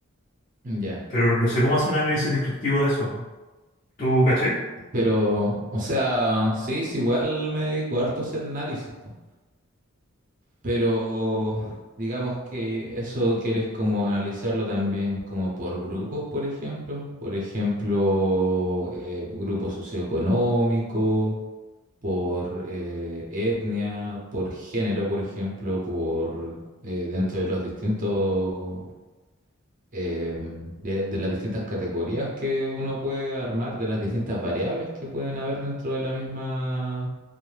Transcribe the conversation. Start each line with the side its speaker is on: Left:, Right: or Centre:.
Right: ya.
Left: pero no sé cómo hacer un análisis descriptivo de eso. ¿Tú cachai?
Right: Pero, o sea, sí, sí, igual me dedico harto a hacer análisis, po. Pero digamos que eso quieres como analizarlo también como por grupos, por ejemplo. Por ejemplo, eh, grupo socioeconómico, por eh, etnia, por género, por ejemplo, por eh, dentro de los distintos eh, de, de las distintas categorías que uno puede armar, de las distintas variables que pueden haber dentro de la misma,